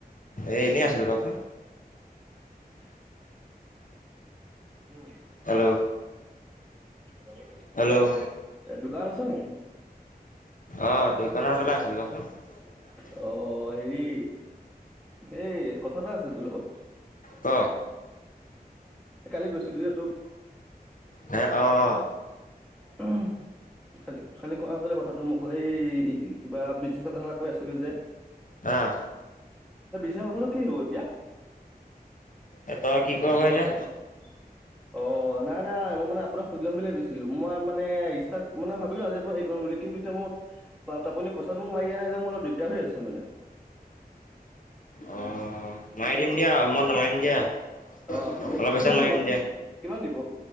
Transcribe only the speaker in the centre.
উ <unintelligible> উম
লগৰ তোযে,
এ দোকান আছে নেকি?
অ হেৰি এই কথা এটা আছিল। তো তোৰ লগত
এই কালি গৈছিলো এই তোক
উহু খালি -খালি কোৱা আছিলে কথাটো মোক এই কিবা বিজনেচ কথা এ কৈ আছিলো যে।
এতিয়া কথাটো কি হ'ল
<unintelligible> অ নাই নাই মই মানে আপোনাক সুধি ল'ম বুলি ভাবিছিলো মই মানে ষ্টাৰ মানে ভাবিলো আজিৰ পৰা হে কৰো বুলি কিন্তু ‌ এতিয়া মই আপুনি পইচা মাৰি দিয়া নাই যে মই অলপ দিগদাৰ হৈ আছে মানে
অ মানে
কিমান
দিব আপুনি
কিমান দিব